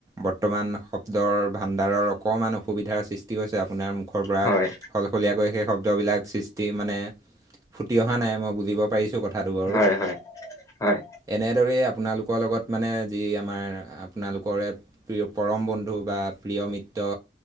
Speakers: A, on the right (about 20°); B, on the left (about 20°).
A: বৰ্তমান শব্দৰ ভাণ্ডাৰৰ অকণমান অসুবিধাৰ সৃষ্টি হৈছে, আপোনাৰ মুখৰ পৰা।
B: হয়
A: সলসলীয়াকৈ সেই শব্দবিলাক সৃষ্টি মানে ফুটি অহা নাই, মই বুজিব পাৰিছোঁ কথাটো বাৰু।
B: হয় হয় হয় হয়
A: এনেদৰেই আপোনালোকৰ লগত মানে যি আমাৰ আপোনালোকৰে প্ৰিয়-পৰম বন্ধু বা প্ৰিয় মিত্ৰ,